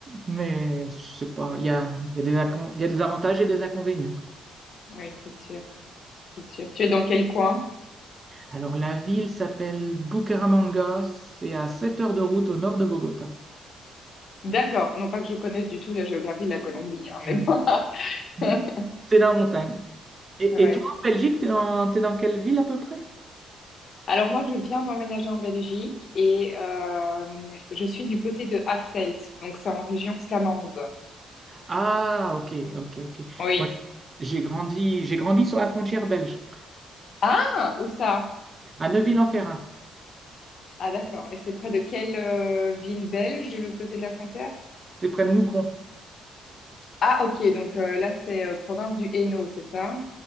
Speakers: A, on the right; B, on the left.
A: Mais je sais pas, il y a, il y a des incon- il y a des avantages et des inconvénients.
B: oui, c'est sûr, c'est sûr. Tu es dans quel coin?
A: Alors la ville s'appelle Bucaramanga, c'est à 7 heures de route au nord de Bogota.
B: D'accord, non pas que je connaisse du tout la géographie de la Colombie, hein, mais
A: Oui.
B: bon.
A: Mm.
B: <laughs>
A: C'est dans la montagne. Et,
B: Ouais.
A: et toi, en Belgique, t'es dans, t'es dans quelle ville à peu près?
B: Alors moi, je viens d'emménager en Belgique et euh, je suis du côté de Hasselt, donc c'est en région flamande.
A: Ah, ok, ok, ok.
B: Oui.
A: Moi, j'ai grandi, j'ai grandi sur la frontière belge.
B: Ah, où ça?
A: À Neuville-en-Ferrain,
B: Ah, d'accord. Et c'est près de quelle euh, ville belge de l'autre côté de la frontière?
A: c'était près de Moucron,
B: Ah, ok, donc euh, là, c'est euh, province du Hainaut, c'est ça?